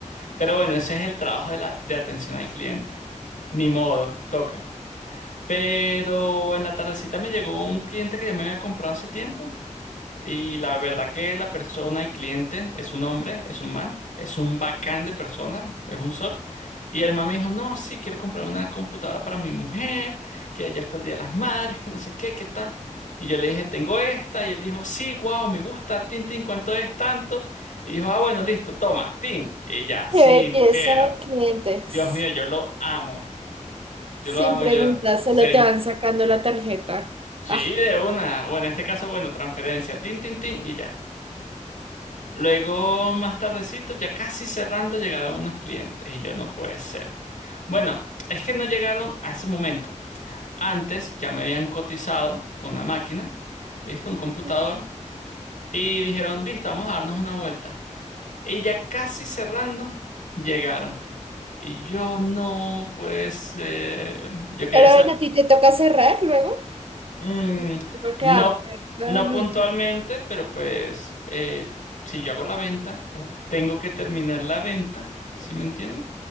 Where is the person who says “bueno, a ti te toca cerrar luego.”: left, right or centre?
Right